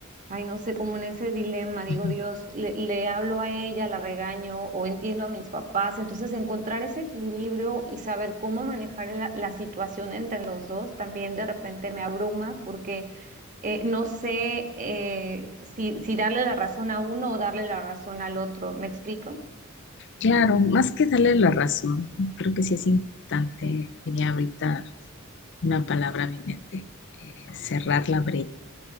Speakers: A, on the right; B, on the left.
A: Ay, no sé, como en ese dilema, digo,
B: Ujú.
A: Dios, le, le hablo a ella, la regaño o entiendo a mis papás. Entonces, encontrar ese equilibrio y saber cómo manejar la, la situación entre los dos también de repente me abruma porque eh, no sé eh, si, si darle la razón a uno o darle la razón al otro. ¿Me explico?
B: Claro, más que darle la razón, creo que sí es importante, venía ahorita una palabra a mi mente, eh, cerrar la brecha.